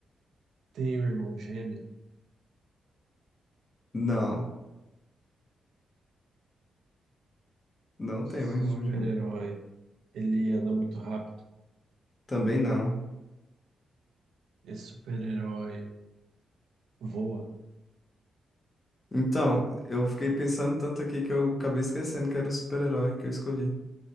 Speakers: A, on the right; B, on the left.
A: tem um irmão gêmeo,
B: não. Não tenho
A: Esse
B: irmão
A: super-herói.
B: gêmeo.
A: Ele anda muito rápido.
B: Também não.
A: Esse super-herói voa.
B: Então, eu fiquei pensando tanto aqui que eu acabei esquecendo que era o super-herói que eu escolhi.